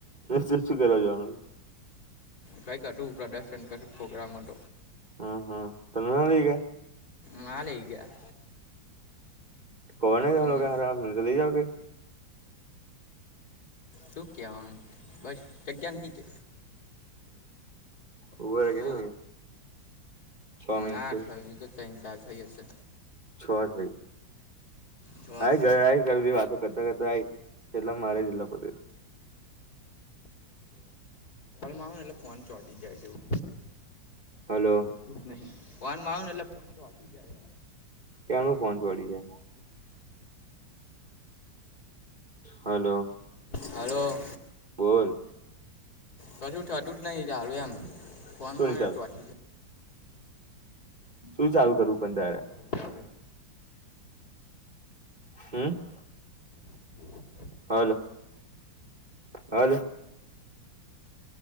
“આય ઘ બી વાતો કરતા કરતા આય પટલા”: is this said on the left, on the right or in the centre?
Right